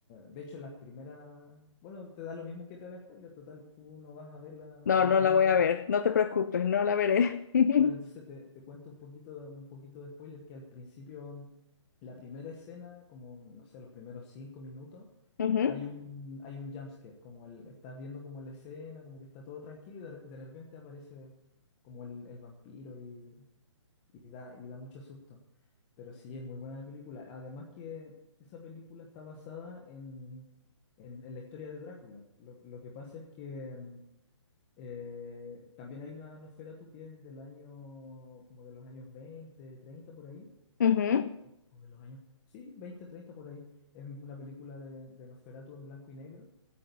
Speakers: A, on the left; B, on the left.
A: de hecho, las primeras, bueno, te da lo mismo que te haga spoiler, total, tú no vas a ver la,
B: no,
A: no
B: no
A: vas a
B: la
A: ver
B: voy
A: la película.
B: a ver, no te preocupes, no la veré. <laughs>
A: Bueno, entonces te, te cuento un poquito, de- un poquito de spoiler que al principio, la primera escena, como, no sé, los primeros cinco minutos,
B: Ujú,
A: hay un, hay un jumpscare, como el, estás viendo como la escena, como que está todo tranquilo y de, re- de repente aparece como el, el vampiro y y da, y da mucho susto. Pero sí, es muy buena la película. Además que esa película está basada en, en, en la historia de Drácula. Lo, lo que pasa es que mm, eh, también hay una Nosferatu que es del año, como de los años 20 30 por ahí,
B: ujú,
A: o, o de los años, sí, 20 30 por ahí. Es una película de, de Nosferatu en blanco y negro